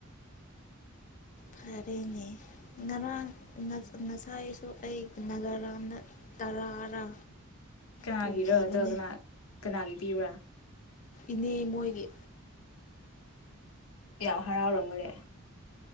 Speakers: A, on the left; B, on the left.
A: ꯐꯔꯦꯅꯦ ꯉꯔꯥꯡ ꯉꯁꯥꯏꯁꯨ ꯑꯩ ꯅꯥꯒꯥꯔꯥꯗ ꯇꯔꯥꯔꯥ
B: ꯀꯅꯥꯒꯤꯔꯣ
A: ꯄꯨꯈꯤꯕꯅꯦ
B: ꯑꯗ ꯀꯅꯥ ꯀꯅꯥꯒꯤ ꯄꯤꯕ꯭ꯔꯥ
A: ꯏꯅꯦ ꯃꯣꯏꯒꯤ
B: ꯌꯥꯝ ꯍꯔꯥꯎꯔꯒꯅꯦ